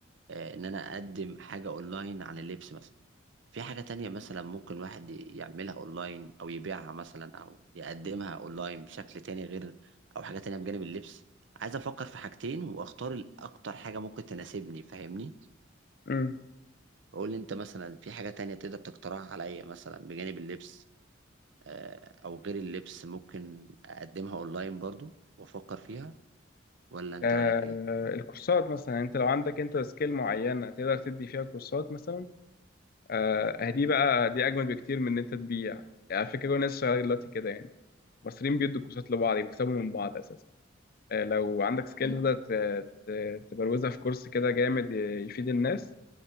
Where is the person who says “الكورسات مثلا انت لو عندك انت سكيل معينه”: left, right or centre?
Left